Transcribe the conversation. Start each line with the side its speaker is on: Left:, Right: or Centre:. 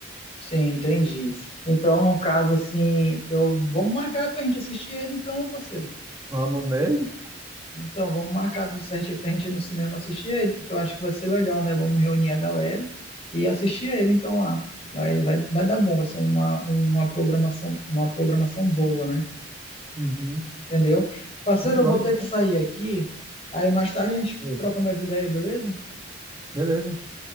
Left: Sim, entendi. Então, no caso, assim, eu vamos marcar pra gente assistir ele, então, parceiro.
Right: Vamos mesmo?
Left: Então, vamos marcar tudo certinho pra gente ir no cinema assistir ele, porque eu acho que vai ser legal, né? Vamos reunir a galera e assistir ele, então, lá. Vai, vai, vai dar bom, vai ser uma, uma programação, uma programação boa, né?
Right: Uhum.
Left: Entendeu? Parceiro,
Right: Vamos,
Left: eu
Right: vamos
Left: vou ter que sair aqui. Aí mais tarde a gente
Right: sim.
Left: troca mais ideia, beleza?
Right: Beleza.